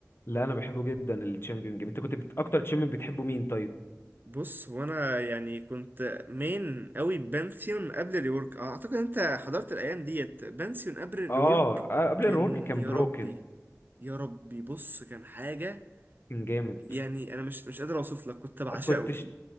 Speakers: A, on the left; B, on the right.
A: لا انا بحبه جدا الشامبيون جيم انت كنت بت... اكتر تشامبيون بتحبه مين طيب
B: بص وانا يعني كنت مين قوي بانثيون قبل الريورك اعتقد انت حضرت الايام ديت بانثيون قبل الريورك
A: اه آه، قبل
B: كان
A: الرورك كان
B: يا
A: بروكن
B: ربي يا ربي بص كان حاجة
A: كان جامد
B: يعني انا مش مش قادر اوصف لك كنت بعشقه
A: كنتش